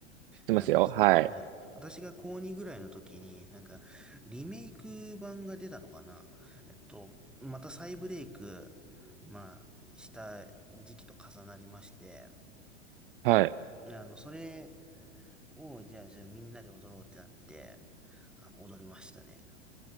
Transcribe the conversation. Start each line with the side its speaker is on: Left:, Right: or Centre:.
Right: 知ってますよ。
Centre: あの、
Right: はい。
Centre: ね、私が高2ぐらいの時に、なんか、リメイク版が出たのかなえっと、また再ブレイク、まあ、した時期と重なりまして、
Right: はい。
Centre: あの、それを、じゃあ、じゃあみんなで踊ろうってなって、あの、踊りましたね。